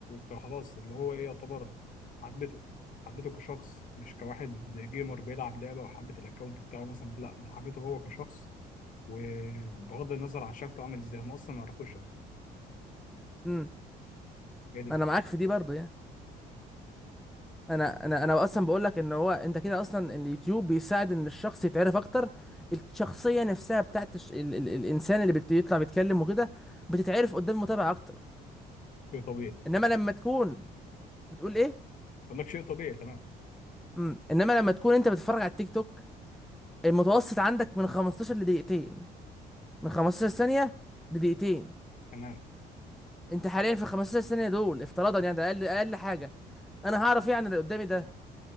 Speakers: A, on the left; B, in the centre.
A: وخلاص اللي هو ايه يعتبر حبته حبته كشخص مش كواحد جيمر بيلعب لعبة وحبت الاكونت بتاعه مثلا لا ده حبيته هو كشخص وبغض النظر عن شكله عامل ازاي هم اصلا ما يعرفوش شكله
B: امم
A: هي دي الفكرة
B: انا معاك في دي برضو يعني انا انا انا اصلا بقول لك ان هو انت كده اصلا اليوتيوب بيساعد ان الشخص يتعرف اكتر الشخصيه نفسها بتاعت الش... ال... ال... الانسان اللي بت- بيطلع بيتكلم وكده بتتعرف قدام المتابع اكتر
A: شيء طبيعي
B: انما لما تكون بتقول ايه
A: بقول لك شيء طبيعي تمام
B: امم انما لما تكون انت بتتفرج على التيك توك المتوسط عندك من 15 لدقيقتين من 15 ثانيه لدقيقتين
A: تمام
B: انت حاليا في 15 ثانيه دول افتراضا يعني ده اقل اقل حاجه انا هعرف ايه عن اللي قدامي ده